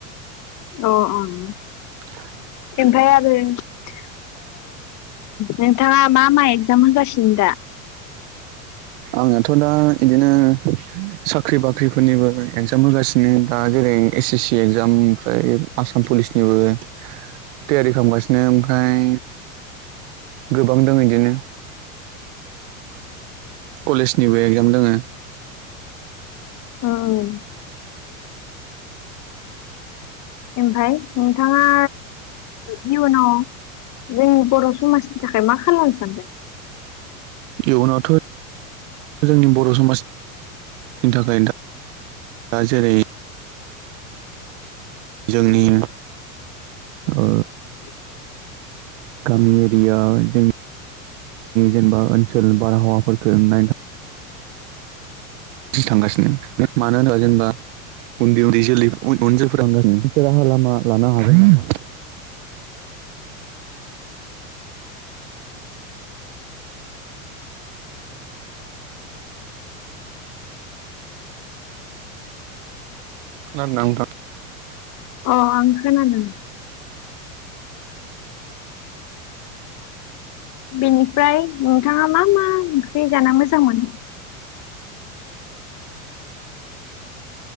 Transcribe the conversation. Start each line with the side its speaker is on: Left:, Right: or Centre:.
Left: अ' अ'
Right: <unintelligible>
Left: <unintelligible> नोंथाङा मा मा एगजाम होगासिनो दा?
Right: आंनाथ' दा बिदिनो साख्रि बाख्रिफोरनिबो एगजाम होगासिनो दा जेरै एस एस सि एकजाम ओमफ्राय आसाम पुलिसनिबो तियारि खालामगासिनो ओमफ्राय गोबां दं बिदिनो कलेजनिबो एगजाम दोङो।
Left: ओम ओमफाय नोंथाङा इयुनाव जोंनि बर' समाजनि थाखाय मा खालामनो सानदों?
Right: इयुनावथ' जोंनि बर' समाज नि थाखाय जेरै जोंनि
Left: <inaudible>
Right: ओ गामि एरिया जों जेनेबा ओनसोल बारहावाफोरखौ नायनो थांगासिनो मानो होनोबा जेनेबा उन्दै उन्दै जोलै उन जोलैफोरा थांगासिनो मोनसे राहा लामा लानो हागोन नामा खोनादों ना नोंथां
Left: औ आं खोनादों। बेनिफ्राय नोंथाङा मा मा ओंख्रि जाना मोजां मोनो?